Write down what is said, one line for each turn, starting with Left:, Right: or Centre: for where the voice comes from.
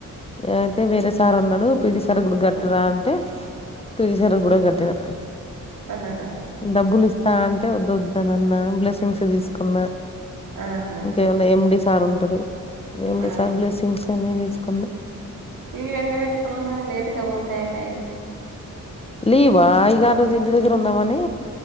Left: అయితే వేరే సార్ ఉన్నాడు పిడి సార్ కూడా కాట్టరా అంటే పిడి సార్ కూడా కాట్టిన
Right: ఆహహ
Left: డబ్బులు ఇస్తా అంటే వదు వద్ద్దన అన్న బ్లెస్సింగ్స్ తీసుకున్నా
Right: ఆహా
Left: ఏమనా ఎండి సార్ ఉంటాడు ఎండి
Right: ఆ
Left: సార్ బ్లెస్సింగ్స్ అని తీసుకున్నా
Right: ఇవి ఎందు పెట్టుకున్నా మరి లేటుగా పోతాయి అయగా
Left: లీవా ఇగా అ రోజు ఇంటి దగ్గర ఉందామనే